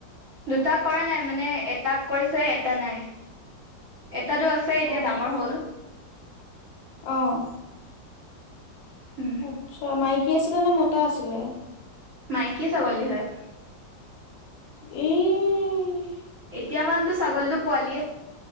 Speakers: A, on the right; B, on the left.
A: দুটা কৰা নাই মানে, এটা কৰিছে এটা নাই। এটাতো আছে এতিয়া
B: অ
A: ডাঙৰ
B: অ
A: হ'ল।
B: অ'।
A: উম,
B: আচ্ছা মাইকী আছিলে নে মতা আছিলে
A: মাইকী ছাগলী হয়
B: এই
A: এতিয়ামানতো ছাগলীটো পোৱালিয়ে